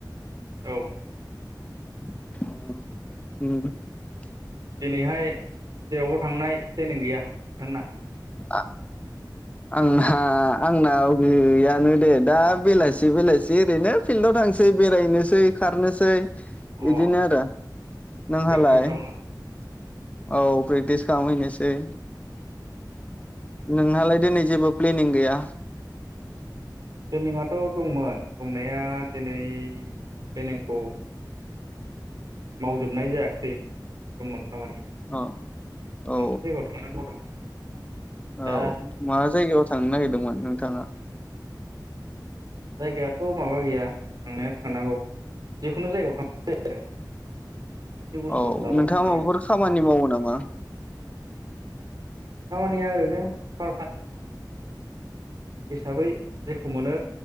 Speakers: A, on the right; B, on the left.
A: औ
B: <inaudible>
A: दिनैहाय जेरावबो थांनाय फ्लेनिं गैया नोंथांना?
B: आ‌ आंहा आंना गैयानो दे दा बेलासि बेलासि ओरैनो फिल्डाव थांसै बेरायनोसै खारनोसै
A: अ
B: बिदिनो आरो नोंहालाय
A: प्रेक्टिसाव
B: औ
A: ना
B: प्रेक्टिस खामहैनोसै नोंहालाय दिनै जेबो प्लेनिं गैया?
A: प्लेनिंआथ दंमोन दंनाया दिनै प्लेनिंखौ मावजोबनाय जायाखसै दंमोन खामानिया मोनसे
B: औ औ
A: जायगायाव थांनांगौ दं।
B: औ
A: दा
B: मा जायगायाव थांनो नागिरदोंमोन नोंथाङा?
A: जायगायाथ माबा गैया थांनाया थनांगौ जिखुनु जायगायाव थां ज आरो मोनसे बुस्थुसो
B: औ
A: लाबोगोन
B: नोंथाङा
A: नालाय
B: माबाफोर
A: आं
B: खामानि मावो नामा।
A: खामानिया ओरैनो पारताम। हिसाबै जेखौ मोनो